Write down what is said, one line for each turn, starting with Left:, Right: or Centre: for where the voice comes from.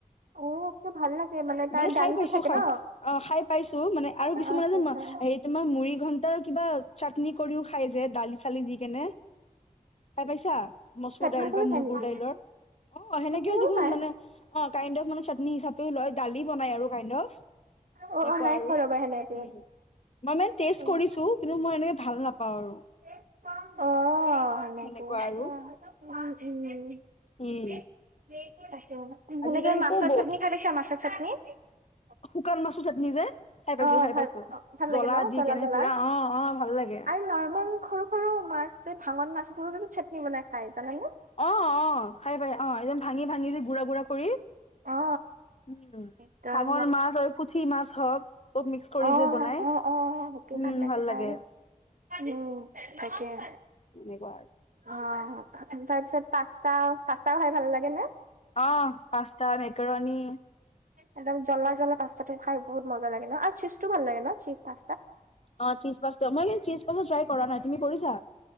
Right: অ কিয় ভাল লাগে তাৰ
Left: মানে
Right: দালিটো
Left: খাই পাইছো
Right: থাকে
Left: খাম
Right: ন
Left: অ খাই পাইছো মানে আৰু কিছুমানে
Right: আচ্ছা
Left: যেন
Right: আচ্ছা
Left: ম তোমাৰ মুৰি ঘণ্টাৰ কিবা চাটনি কৰিও খাই যে দালি চালি দি কেনে খাই পাইছা মচুৰ
Right: চাটনি
Left: দাইল
Right: কৰি
Left: বা
Right: খাই
Left: মগুৰ
Right: নেকি
Left: দাইলৰ অ সেনেকেও
Right: চাটনি কৰি
Left: দেখোন
Right: খাই
Left: মানে অ কাইড অফ মানে চাটনি হিচাপেও লয়, দালি বনাই আৰু কাইণ্ড অফ।
Right: অ
Left: এনেকুৱা
Right: অ নাই
Left: আৰু,
Right: খোৱা ৰবা সেনেকে
Left: উম। মই মানে টেষ্ট
Right: উম
Left: কৰিছো, কিন্তু মই এনেকে ভাল নাপাওঁ আৰু।
Right: অহ। <inaudible>
Left: সেনেকুৱা
Right: সেনেকে
Left: আৰু
Right: মাছৰ চাটনি
Left: উম
Right: খাই পাইছা?
Left: আজিকালিতো
Right: মাছৰ
Left: ব
Right: চাটনি।
Left: শুকান মাছৰ চাটনি যে। খাই পাইছো,
Right: অ
Left: খাই
Right: ভাল
Left: পাইছো।
Right: ভাল লাগে
Left: জ্বলা
Right: ন
Left: দি কেনে
Right: জ্বলা
Left: পুৰা অ', অ, ভাল লাগে।
Right: আৰু নৰ্মেল সৰু সৰু মাছ ভাঙন মাছবোৰো চাটনি বনাই খাই। জানে নে?
Left: অ অ', খাই পাই, অ', একদম ভাঙি ভাঙি যে গুৰা গুৰা কৰি।
Right: অ
Left: উম। উম,
Right: একদম
Left: ভাঙৰ মাছ আৰু পুঠি মাছ হওক। চব মিক্স কৰি
Right: অহ,
Left: যে বনাই
Right: অ', অ, সেইটো
Left: উম ভাল লাগে
Right: উম, তাকেহে।
Left: এনেকুৱা আৰু
Right: অ', অ। তাৰ পিছত পাস্তা, পাস্তাও খাই ভাল লাগে নে?
Left: অ পাস্তা মেকাৰণী
Right: একদম জ্বলা জ্বলা পাস্তাটো খাই বহুত মজা লাগে নহ আৰু চীজটো ভাল লাগে নহ চীজ পা
Left: অ', চীজ পাস্তা, মই কিন্তু চীজ পাস্তা ট্ৰাই কৰা নাই। তুমি কৰিছা?